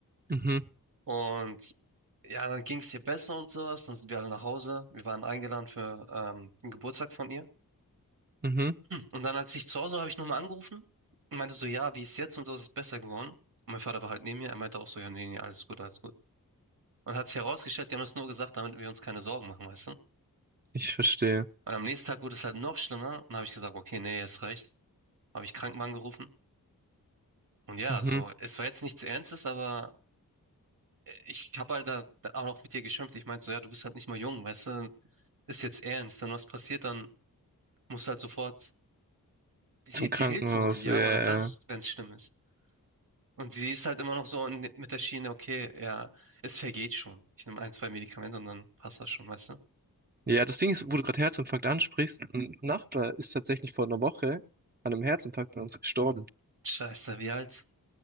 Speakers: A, on the right (about 30°); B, on the right (about 65°).
A: Mhm,
B: Und ja, dann ging es ihr besser und sowas. Dann sind wir alle nach Hause. Wir waren eingeladen für ähm, einen Geburtstag von ihr.
A: mhm,
B: Und dann, als ich zu Hause war, habe ich nochmal angerufen und meinte so, ja, wie ist jetzt und so, ist es besser geworden. Und mein Vater war halt neben mir, er meinte auch so, ja, nee, nee, alles gut, alles gut. Und hat sich herausgestellt, die haben das nur gesagt, damit wir uns keine Sorgen machen, weißt du?
A: ich verstehe.
B: Und am nächsten Tag wurde es halt noch schlimmer und habe ich gesagt, okay, nee, ist recht. Habe ich Krankenwagen gerufen. Und ja,
A: Mhm.
B: so, es war jetzt nichts Ernstes, aber ich habe halt da auch noch mit dir geschimpft. Ich meinte so, ja, du bist halt nicht mal jung, weißt du? Ist jetzt ernst. Wenn was passiert, dann musst du halt sofort dir,
A: Zum Krankenhaus,
B: dir Hilfe holen, ja,
A: ja. ja,
B: oder das,
A: ja.
B: wenn es schlimm ist. Und sie ist halt immer noch so in- mit der Schiene, okay, ja, es vergeht schon. Ich nehme ein, zwei Medikamente und dann passt das schon, weißt du?
A: Ja, das Ding ist, wo du gerade Herzinfarkt ansprichst, ein Nachbar ist tatsächlich vor einer Woche an einem Herzinfarkt bei uns gestorben.
B: Scheiße, wie alt?